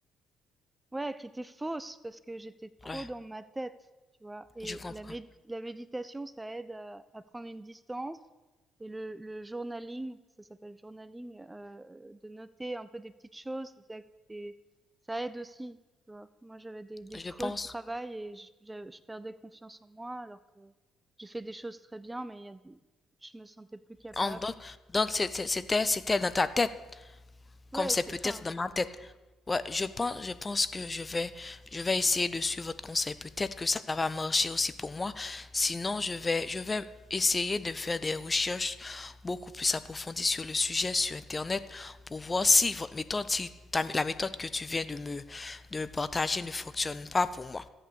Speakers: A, on the right; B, on the left.
A: ouais, qui étaient fausses parce que j'étais trop
B: ouais,
A: dans ma tête, tu vois. Et
B: je comprends.
A: la, mé- la méditation, ça aide à, à prendre une distance. Et le, le journaling, ça s'appelle journaling, euh, de noter un peu des petites choses, des ac- des- ça aide aussi, tu vois. Moi, j'avais des, des
B: Je
A: creux
B: pense.
A: de travail et je, je- je perdais confiance en moi alors que j'ai fait des choses très bien, mais il y a des- je me sentais plus capable.
B: En- donc, donc c'était, c'était dans ta tête. comme
A: Ouais,
B: c'est
A: c'est,
B: peut-être
A: enfin,
B: dans ma tête. Ouais, je pense, je pense que je vais, je vais essayer de suivre votre conseil. Peut-être que ça va marcher aussi pour moi. Sinon, je vais, je vais essayer de faire des recherches beaucoup plus approfondies sur le sujet sur Internet pour voir si votre méthode, si ta- la méthode que tu viens de me, de me partager ne fonctionne pas pour moi.